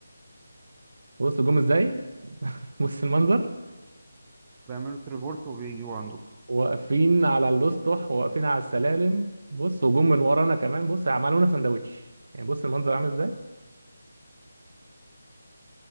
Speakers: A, on the right; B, on the right.
A: <laughs> بص جم ازاي بص المنظر
B: بيعملوا تريبورت وبيجوا عندكم
A: واقفين على الاسطح واقفين على السلالم بص وجم من ورانا كمان بص عملونا سندوتش يعني بص المنظر عامل ازاي